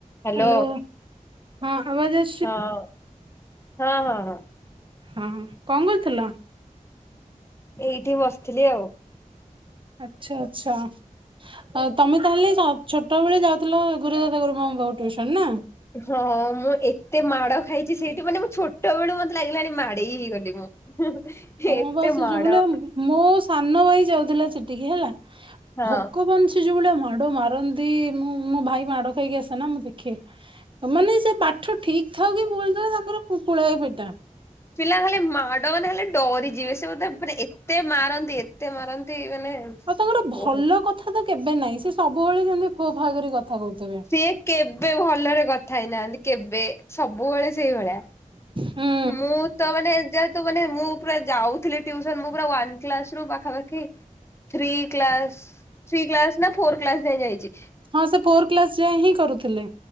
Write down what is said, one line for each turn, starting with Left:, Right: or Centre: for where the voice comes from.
Left: Hello
Right: hello ହଁ ଆବାଜ ଆସ
Left: ହଁ ହଁ ହଁ ହଁ।
Right: ହଁ କଣ କରୁଥିଲ?
Left: ଏଇଠି ବସିଥିଲି ଆଉ।
Right: ଆଚ୍ଛା ଆଚଛା ଆଉ ତମେ ତାହେଲେ ଛୋଟବେେଳେ ଯାଉଥିଲ? ଗୁରୁ ବାପା ଗରୁ ମାଙ୍କ ପାଖକୁ ଟ୍ୟୁସନ୍ ନା?
Left: ହଁ ମୁଁ ଏତେ ମାଡ଼ ଖାଇଚି ସେଇଠି ମାନେ ମୁଁ ଛୋଟ ବେଳୁ ମତେ ଲାଗିଲାଣି ମାଡେଇ ହେଇଗଲି ମୁଁ।
Right: ହଁ
Left: ଏତେ
Right: ବା ସେ
Left: ମାଡ।
Right: ଯୋଉ ଭଳିଆ ମୋ ସାନ ଭାଇ ଯାଉଥିଲା ସେଠିକି ହେଲା।
Left: ହଁ।
Right: ଭଗବାନ ଠି ଯୋଉ ଭଳିଆ ମାଡ ମାରନ୍ତି ମୁଁ ମୋ ଭାଇ ମାଡ ଖାଇକି ଆସେ ନା ମୁଁ ଦେଖେ। ମାନେ ସେ ପାଠ ଠିକ ଥାଉ କି ଭୁଲ ଥାଉ ତାଙ୍କର ପୁଳାଏ ବିଧା।
Left: ପିଲା ଖାଲି ମାଡ ମାନେ ଖାଲେ ଡରିଯିବେ ସେ ବୋଧେ ମାନେ ଏତେ ମାରନ୍ତି ଏତେ ମାରନ୍ତି ମାନେ
Right: ଆଉ ତାଙ୍କର ଭଲ
Left: ବହୁତ
Right: କଥା ତ କେବେ ନାହିଁ। ସେ ସବୁବେଳେ ଯେମିତି ଖୋ ଖା କର କଥା କହୁଥିବେ।
Left: ସିଏ କେବେ ଭଲରେ କଥା ହେଇନାହାନ୍ତି କେବେ। ସବୁବେଳେ ସେଇଭଳିଆ।
Right: ହୁଁ
Left: ମୁଁ ତ ମାନେ ଏ ଯ ତ ମାନେ ମୁଁ ପୁରା ଯାଉଥିଲି ଟିଉସନ ମୁଁ ପୁରାୱାନ କ୍ଲାସ୍ ରୁ ପାଖାପାଖି ଥ୍ରୀ କ୍ଲାସ, ଥ୍ରୀ କ୍ଲାସ ନା ଫୋର କ୍ଲାସ ଯାଏଁ ଯାଇଚି।
Right: ହଁ ସେ ଫୋର କ୍ଲାସ ଯାଏ ହିଁ କରୁଥିଲେ।